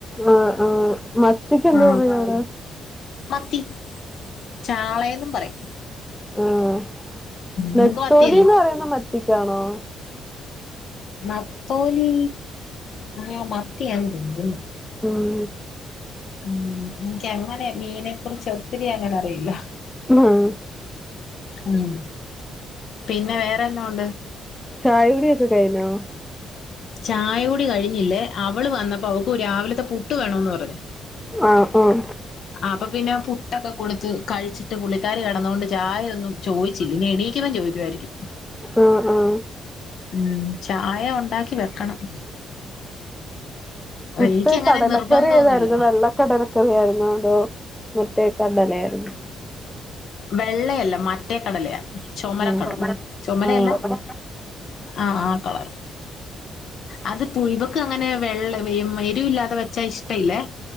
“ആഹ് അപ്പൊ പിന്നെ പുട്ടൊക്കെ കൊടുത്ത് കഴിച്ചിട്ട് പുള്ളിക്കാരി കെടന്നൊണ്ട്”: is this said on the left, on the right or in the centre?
Left